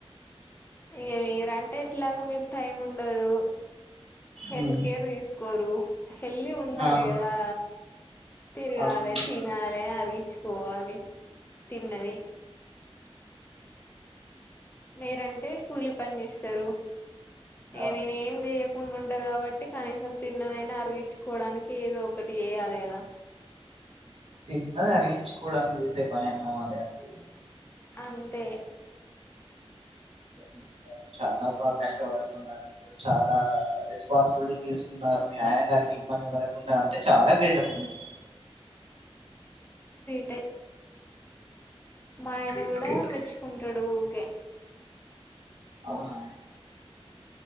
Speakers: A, on the left; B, on the right.
A: ఏ మీరంటే ఎట్లాగు మీకు టైం ఉండదు హెల్త్
B: ఉమ్
A: కేర్ తీసుకోరు హెల్తీగా ఉండాలి
B: ఆహా
A: కదా తిరగాలి
B: అవునులేండి
A: తినాలి
B: మేడం
A: అరిగించుకోవాలి తిన్నది మీరంటే కూలి పని చేస్తారు ఇగ
B: అవును
A: నేను ఏం చేయకు ఉండు ఉండ కాబట్టి కనీసం తిన్నదైనా అరిగించుకోవడానికి ఏదో ఒకటి చేయాలి కదా
B: తిన్నది అరిగించుకోవడానికి చేసే పని అన్నం అదే అంటివి
A: అంతే
B: <inaudible> చాలా బాగా కష్టపడుతున్నారు చాలా రెస్పాన్సిబుల్ తీసుకున్నారు మీ ఆయన గారికి ఇబ్బంది పడకుండా అంటే చాలా గ్రేట్ అసలు మీరు
A: తే మా ఆయన
B: గ్రేట్
A: కూడా
B: గ్రేట్
A: మెచ్చుకుంటాడు ఊకే
B: అవునా